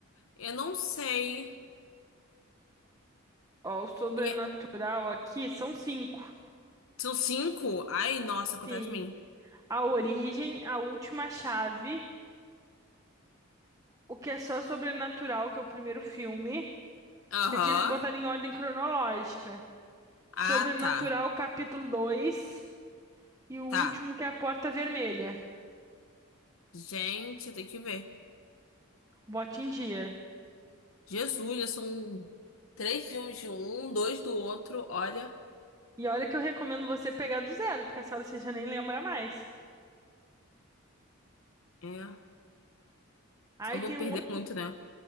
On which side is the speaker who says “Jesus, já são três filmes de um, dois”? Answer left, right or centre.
Left